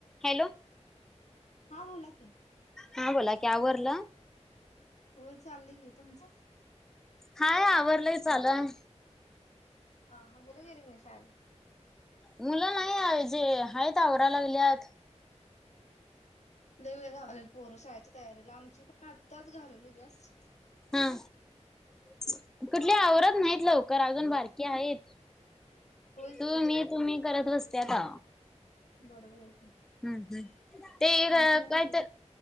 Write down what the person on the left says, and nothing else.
हा बोला की
होय चालय की तुमचं
ह हा मुलं गेली नाही शाळेत
द वळ लावलेल पोर शाळेची तयारीला आमची पण आत्ताच घालवलू जास्
होयच
की
बरोबर आहे की
आमची पण
तसच